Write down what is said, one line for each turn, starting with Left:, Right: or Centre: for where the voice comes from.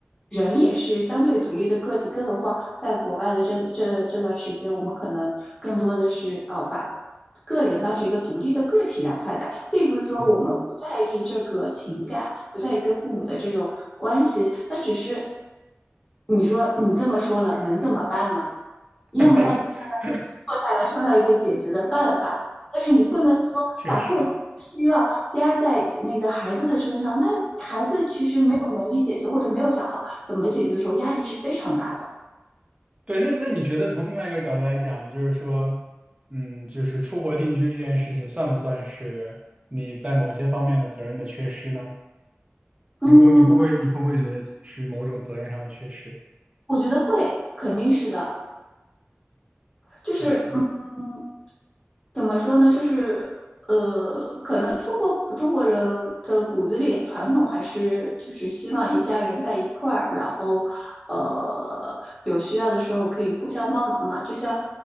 Left: 人也是相对独立的个体，更何况在国外的这这这段时间，我们可能更多的是呃把个人当成一个独立的个体来看待，并不是说我们不在意这个情感，
Right: 嗯，
Left: 不在意跟父母的这种关系，那只是你说你这么说了，能怎么办呢？要么大家
Right: <laughs>
Left: 坐下来商量一个解决的办法。但是你不能说把过多的期望压在那个孩子的身上，
Right: 确实，
Left: 那孩子其实没有能力解决或者没有想好怎么解决的时候，压力是非常大的。
Right: 对，那那你觉得从另外一个角度来讲，就是说，嗯，就是出国定居这件事情，算不算是你在某些方面的责任的缺失呢？
Left: 嗯，
Right: 你会你会不会你会不会觉得是某种责任上的缺失？
Left: 我觉得会，肯定是的。就是
Right: 嗯，
Left: 嗯，怎么说呢？就是呃，可能中国中国人的骨子里传统还是就是希望一家人在一块儿，然后呃有需要的时候可以互相帮忙嘛。就像